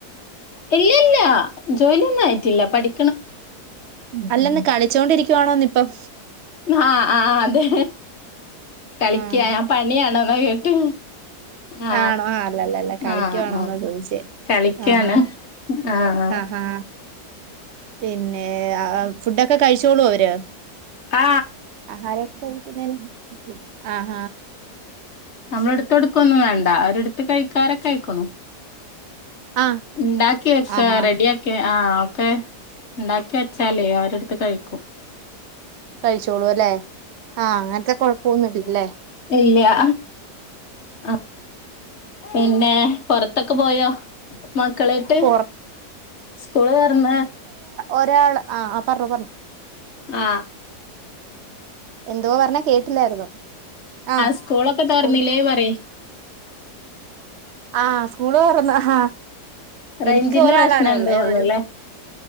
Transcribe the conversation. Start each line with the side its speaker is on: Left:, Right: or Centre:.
Left: ഇല്ല ഇല്ല ജോലിയൊന്നും ആയിട്ടില്ല പഠി
Right: അല്ലെന്ന് കളിച്ചോണ്ടിരിക്കുവാണോന്നിപ്പം
Left: ആ ആ അതെ കളിക്ക
Right: ആഹ്
Left: ഞാൻ പണിയാണോ എന്ന കേട്ടെ ആ
Right: ആണോ അല്ല അല്ല അല്ല കളിക്കുവാണോന്നാ
Left: ആ ആ
Right: ചോദിച്ചേ
Left: കളിക്കാണ്
Right: ആഹാ
Left: ആ ആ
Right: ആഹാ പിന്നെ ആ ഫുഡൊക്കെ കഴിച്ചോളോ അവര്
Left: ആ
Right: ആഹാരം കഴിക്കുന്നതിന് ആഹ
Left: നമ്മള എടുത്തടുക്ക ഒന്നും വേണ്ട, അവരെടുത്ത എടുത്ത് കഴിക്കാരൊക്കെ ആയിക്കുണ്
Right: ആ
Left: ണ്ടാക്കി വക്കാ
Right: ആഹാ
Left: റെഡി ആക്കി ആ ഒക്കെ ഉണ്ടാക്കി വെച്ചാലേ അവരെടുത്ത് കഴിക്കും
Right: കഴിച്ചോളൂല്ലെ ആ അങ്ങനത്തെ കൊഴപ്പൊന്നുമില്ല ല്ലെ
Left: ഇല്ല്യാ ആ പിന്നെ പൊറത്തൊക്കെ പോയോ മക്കളായിട്ട്
Right: പുറ
Left: സ്കൂള് തൊറന്ന
Right: ഒരാള് ആ ആ പറഞ്ഞു പറഞ്ഞു
Left: ആ
Right: എന്തോ പറഞ്ഞാ കേട്ടില്ലായിുന്നോ ആ
Left: സ്കൂളൊക്കെ തൊറന്നില്ലേ
Right: സ്കൂ
Left: പറയ്
Right: ആഹ സ്കൂള് തോർന്നു ആഹ
Left: റേഞ്ചിന്റെ
Right: എനിക്ക് ഒരാളാണേ
Left: പ്രശ്നണ്ട്
Right: ഉള്ളേ
Left: തോന്നുല്ലേ
Right: ഒരു